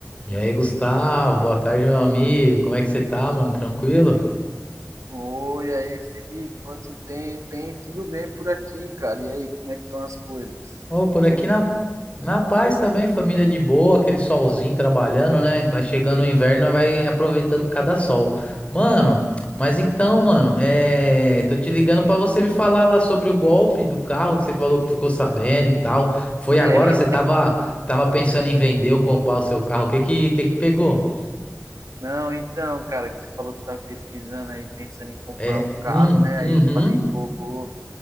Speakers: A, on the left; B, on the right.
A: E aí, Gustavo, boa tarde, meu amigo. Como é que você tá, mano? Tranquilo?
B: Oi, aí, Felipe, quanto tempo, hein? Tudo bem por aqui, cara? E aí, como é que estão as coisas?
A: Ô, por
B: O que que
A: aqui
B: você me
A: na,
B: conta?
A: na paz também, família de boa, aquele solzinho trabalhando, né? Vai chegando o inverno, nós vai aproveitando cada sol. Mano, mas então, mano, é... tô te ligando pra você me falar lá sobre o golpe do carro que você falou que ficou sabendo e tal. Foi agora?
B: É,
A: Você tava, você tava pensando em vender ou comprar o seu carro? O que que, que que pegou?
B: não, então, cara, que você falou que tá pesquisando aí, pensando em comprar
A: É,
B: um carro,
A: hum,
B: né?
A: uhum.
B: Aí eu falei, pô, vou,